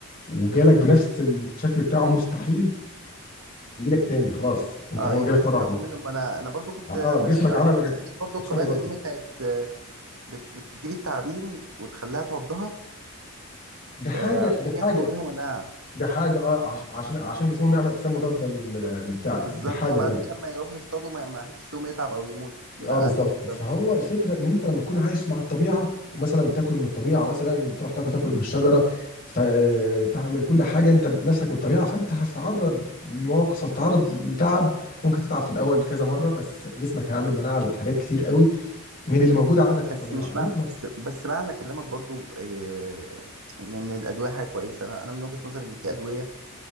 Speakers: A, on the left; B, on the right.
A: وجالك بنفس الشكل بتاعه مستحيل يجيلك تاني خلاص انت
B: اه
A: هو
B: إيه،
A: جالك
B: الجسم
A: مره واحده
B: ياخد
A: بس
B: منه ما انا انا برضو كنت
A: اه
B: آه،
A: آه، جسمك
B: قريت
A: عمل
B: حاجه
A: إيه؟
B: زي كده برضو
A: اجسام
B: القبائل
A: مضاده
B: القديمه كانت آه، بت- بتجيب التعابين وتخليها تعضها
A: دي حاجه
B: آه، عشان
A: دي
B: ياخدوا
A: حاجه
B: منهم مناعه
A: دي حاجه اه عش- عشان عشان جسمهم يعمل اجسام مضاده لل- للبتاع
B: بالظبط
A: دي حاجه
B: وبعد كده لما يروحوا يصطادوا ما ما حدش فيهم يتعب او يموت يبقى
A: اه بالظبط
B: عادي بالنسبه
A: فهو
B: لهم
A: الفكره ان انت لما تكون عايش مع الطبيعه ومثلا تاكل من الطبيعه مثلا تروح تاكل تاكل من الشجره فتعمل كل حاجه انت بنفسك من الطبيعه فانت هتتعرض لمواقف هتتعرض لتعب ممكن تتعب في الاول كذا مره بس جسمك هيعمل مناعه لحاجات كتير قوي من اللي موجوده عندك في
B: بس
A: الطبيعه
B: مش
A: انما
B: معنى
A: احنا
B: بس, بس معنى كلامك برضو إيه ان ان الادويه حاجه كويسه انا انا من وجهه نظري ان في ادويه